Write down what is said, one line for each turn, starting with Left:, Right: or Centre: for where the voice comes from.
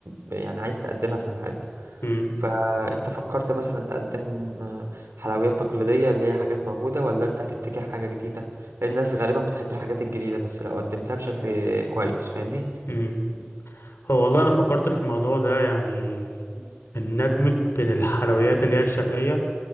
Right: يعني عايز تقدمها في المحل
Left: امم
Right: فأنت فكرت مثلا تقدم حلويات تقليدية اللي هي حاجات موجودة ولا أنت هتبتكر حاجة جديدة الناس غالبا بتحب الحاجات الجديدة بس لو قدمتها بشكل كويس فاهمني
Left: امم هو والله انا فكرت في الموضوع ده يعني ان ندمج بين الحلويات اللي هي الشرقية